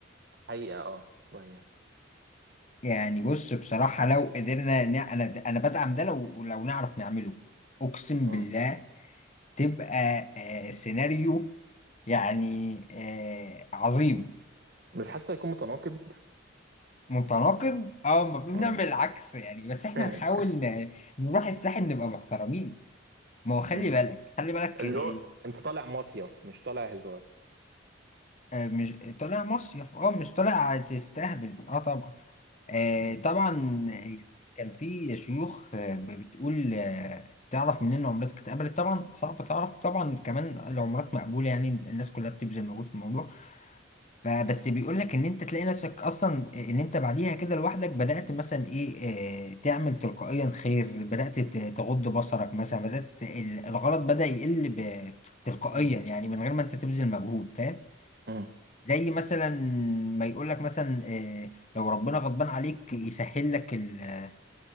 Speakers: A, on the right; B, on the left.
A: حقيقة اه شوية
B: يعني بص بصراحة لو قدرنا ن- أنا أنا بدعم ده لو لو نعرف نعمله أقسم
A: مم.
B: بالله تبقى آه، سيناريو يعني آه، عظيم
A: مش حاسه هيكون متناقض
B: متناقض اه المفروض
A: مم.
B: نعمل العكس يعني بس احنا
A: <laughs>
B: نحاول ن- نروح الساحل نبقى محترمين ما هو خلي
A: مم.
B: بالك خلي بالك
A: اللي
B: آه،
A: هو انت طالع مصيف مش طالع هزار
B: آه، مش طالع مصيف اه مش طالع تستهبل اه طبعا آه،
A: مم.
B: طبعا آه، كان في شيوخ آه، بتقول آه، تعرف منين عمرتك اتقبلت طبعا صعب تعرف طبعا كمان العمرات مقبولة يعني الناس كلها بتبذل مجهود في الموضوع فبس بيقول لك ان انت تلاقي نفسك اصلا ان انت بعديها كده لوحدك بدأت مثلا ايه آه، تعمل تلقائيا خير بدأت ت- تغض بصرك مثلا بدأت ت- ال- الغلط بدأ يقل ب- تلقائيا
A: مم.
B: يعني من غير ما انت تبذل مجهود فاهم
A: مم.
B: زي مثلا ما يقول لك مثلا آه، لو ربنا غضبان عليك يسهل لك ال-